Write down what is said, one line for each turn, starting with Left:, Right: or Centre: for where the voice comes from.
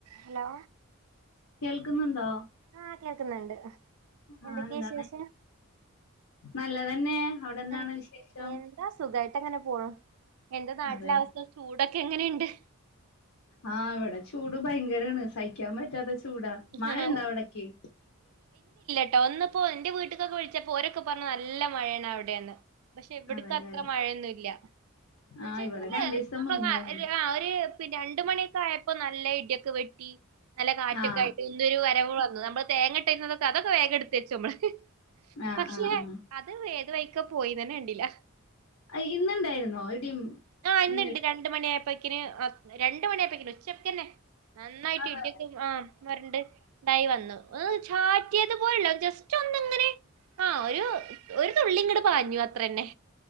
Right: Hello.
Left: കേൾക്കുന്നുണ്ടോ
Right: ആഹ് കേൾക്കുന്നുണ്ട് എന്തൊക്കെയാ
Left: ആഹ് എന്താണ്
Right: ശേഷം?
Left: നല്ലതന്നെ. അവിടെ എന്താണ്
Right: മ്
Left: വിശേഷം
Right: എന്താ സുഖായിട്ട് അങ്ങനെ പോകും എന്റെ നാട്ടിലെ
Left: അതെ
Right: അവസ്ഥം ചൂടോ - ക്കെ എങ്ങനെയുണ്ട്?
Left: ആഹ് ഇവിടെ ചൂട് ഭയങ്കരണ് സഹിക്കാൻ പറ്റാത്ത- ചൂടാ മഴണ്ടോ
Right: ആഹ്
Left: അവിടക്ക്?
Right: കേട്ട ഒന്നിപ്പോ എന്റെ വീട്ടക്കൊക്കെ വിളിച്ചപ്പോ രൊക്കെ പറഞ്ഞു നല്ല മഴയാണ് അവിടെയന്ന്. പക്ഷെ എവിടക്ക
Left: അതെല്ലേ
Right: അത്ര മഴയൊന്നുംല്ല. എന്നച്ച
Left: ആഹ്
Right: കഴിഞ്ഞാല്
Left: ഇവിടെ രണ്ടീസം
Right: നമ്മ
Left: മുന്നേയിരുന്നു
Right: ഒരുെ രണ്ട മണിയക്കെ ആയപ്പോ നല്ല- ക്കെ വെട്ടി നല്ല കാറ്റൊക്കെ
Left: ആഹ്
Right: ആയിട്ട് ഒന്നരു വരവ് വന്നു നമ്മ- തേങ്ങട്ടതൊക്കെ അതൊക്കെ വേഗം എടുത്ത് വച്ച നമ്മള്
Left: ആഹ്
Right: പക്ഷെ
Left: ആഹ് ആഹ്
Right: അത് വേത് വഴിക്ക- പോയിന്നന്നെ കണ്ടില്ല,
Left: അയ് ഇന്നുണ്ടായിരുന്നോ ഇടിയും
Right: കാണുന്നുണ്ട്
Left: മിന്നൽ
Right: രണ്ട് മനയായപ്പോ - ക്ക രണ്ട മണിയപ്പക്ക ഉച്ചപ്പന്നെ നന്നായിട്ട്
Left: അതെ
Right: ഇക്കും ആ- വണ്ട് ണ്ടായി വന്നു ചാറ്റിയത് പോലല്ലോ ജസ്റ്റ് ഒന്ന് ഇങ്ങനെ- ആഹ് ഒരു ഒരു തുള്ളി ഇങ്ങോട് പാഞ്ഞു അത്ര തന്നെ.